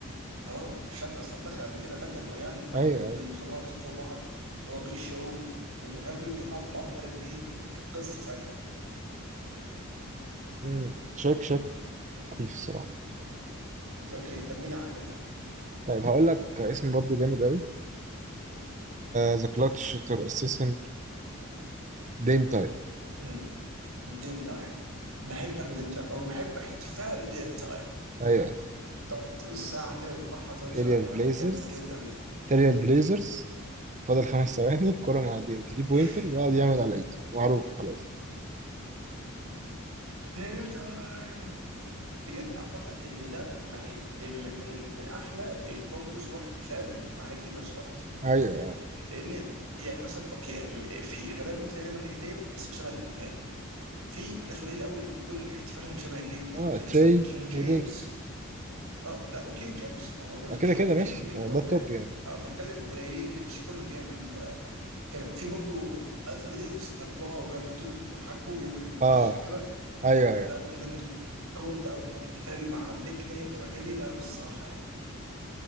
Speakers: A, on the right; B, on the right.
A: اه شاك اصلا دخل قبل كده باتل رويال اللي هم
B: ايوه
A: اللي, اللي
B: ايوه
A: بيطلعوا الناس من فوق بعض هو بيج شو والجمهور كلهم اتجمعوا وطلعوهم هما الاثنين كانت كانت قصه ساعتها
B: مم. شك شك كويس الصراحه
A: اوكي تميني عندك انت
B: طيب هقول لك اسم برضو جامد قوي ذا كلاتش تور اسيسن ديم تايم
A: امم ديم تايم بحب انا ديم تايم او بحب احتفال ديم تايم
B: ايوه
A: تقعد ساعه كده يرفعها وتقعد
B: تيريال
A: تشاور عليها
B: بليزرز
A: جامد جامد قوي
B: تيريال بليزرز فاضل خمس ثواني الكرة مع ديم 3 بوينتر
A: <laughs>
B: بيقعد يعمل على ايده معروف خلاص
A: ديم تايم بجد اعتقد ان ده يعني من من من احلى الكومبوز اللي هو احتفال مع نيكتي في نفس الوقت
B: ايوه أيوة.
A: لان يعني مثلا اوكي في احنا دايما بتلاقي دايما نيك نيم بس مش شبه الاحتفال في ناس قليله قوي اللي بيكون احتفالهم شبه النيك نيم
B: اه
A: زي مثلا
B: تري
A: كينج جيمس
B: وديم
A: اه لا وكينج جيمس ما برضه الك-
B: آه، كده
A: الكينج
B: كده ماشي
A: اللي
B: آه،
A: هو التاج
B: ده التوب يعني
A: اه فبتكلم قليلين ان مش كله بيعمل آه، كده في برضه انثوني ديفيس ذا بلاو بيقعد يحط ايده كده فوق حاجبه ويعمل ويكشر
B: اه
A: كده
B: ايوه ايوه
A: ده برضه من ضمن الكولد قوي ان هو احتفال مع النيك نيم تبقى جميله قوي الصراحه يعني